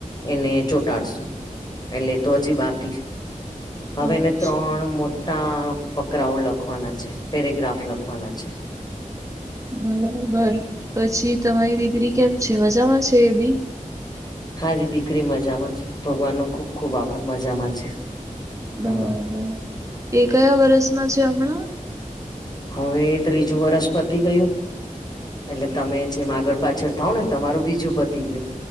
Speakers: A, on the left; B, on the right.
A: એને ચોંટાડશુ એલે તો હજી બાકી હવે
B: અચ્છ-
A: એને ત્રણ મોટા ફક ક્રાઉ લખવાના છે, પેરેગ્રાફ લખવાના છે.
B: બરાબર પછી તમારી દિકરી કેમ છે મજામાં છે એ બી
A: હા જી દીકરી મજામાં છે ભગવાન નો ખુબ ખુબ આભાર મજામાં છે
B: બરાબર
A: હા
B: એ કયા વર્ષમાં છે હમણાં
A: હવે ત્રીજું વરષ પતી ગયું એટલે તમે જેમ આગળ પાછળ થાવ ને તમારું બીજું પતી ગયું.